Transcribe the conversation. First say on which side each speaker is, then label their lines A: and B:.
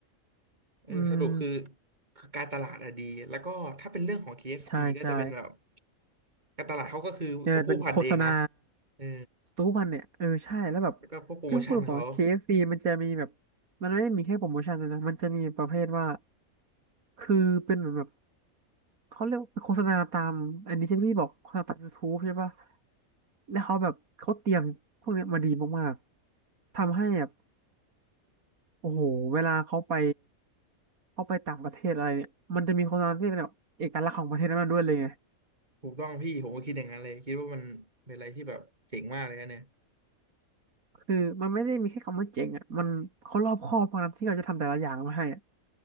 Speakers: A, on the right (about 30°); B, on the right (about 85°).
A: เออสรุปคือ
B: อืม
A: คือการตลาดอะดีแล้วก็ถ้าเป็นเรื่องของเคเอฟซีก็จะเป็นแบบ
B: ใช่ใช่
A: การตลาดเขาก็คือตัวผู้พันเองเนาะ
B: เนี่ยเป็นโฆษณา
A: เออ
B: ทุกวันเนี่ยเออใช่แล้วแบบพี่พูดตรงๆ
A: แล้วก็พวกโปรโมชั่นเขา
B: KFC มันจะมีแบบมันไม่ได้มีแค่โปรโมชั่นด้วยนะมันจะมีประเภทว่าคือเป็นเหมือนแบบเขาเรียกว่าเป็นโฆษณาตามอันนี้ใช่ไหมที่บอกโฆษณาตาม YouTube ใช่ปะแล้วเขาแบบเขาเตรียมพวกเนี้ยมาดีมากๆทำให้แบบโอ้โหเวลาเขาไปเขาไปต่างประเทศอะไรเนี่ยมันจะมีโฆษณาที่เป็นแบบเอกลักษณ์ของประเทศนั้นๆด้วยเลยไง
A: ถูกต้องพี่ผมก็คิดอย่างนั้นเลยคิดว่ามันเป็นอะไรที่แบบเจ๋งมากเลยนะเนี่ย
B: คือมันไม่ได้มีแค่คำว่าเจ๋งอ่ะมันเขารอบคอบมากนะที่เขาจะทำแต่ละอย่างมาให้